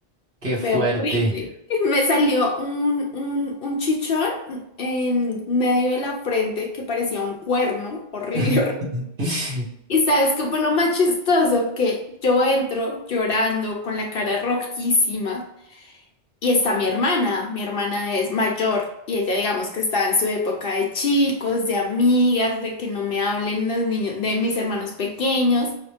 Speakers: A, on the right; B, on the left.
A: qué fuerte.
B: fue horrible. <laughs> Me salió un, un, un chichón en medio de la frente que parecía un cuerno, horrible,
A: <laughs>
B: <laughs> horrible. Y sabes qué fue lo más chistoso, que yo entro llorando con la cara rojísima y está mi hermana, mi hermana es mayor y ella digamos que está en su época de chicos, de amigas, de que no me hablen los niños de mis hermanos pequeños